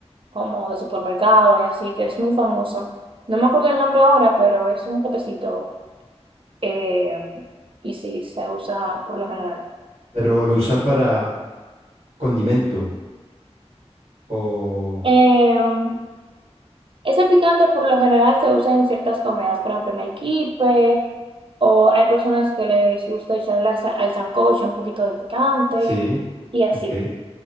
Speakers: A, on the right; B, on the right.
A: como de supermercado y así, que es muy famoso. No me acuerdo el nombre ahora, pero es un potecito eh, y sí, se usa por lo general.
B: Pero lo usan para condimento. O...
A: Em, Ese picante por lo general se usa en ciertas comidas, por ejemplo en el quipe, o hay personas que les gusta echarle a sa- al sancocho un poquito de picante
B: Sí.
A: y así.
B: Ok.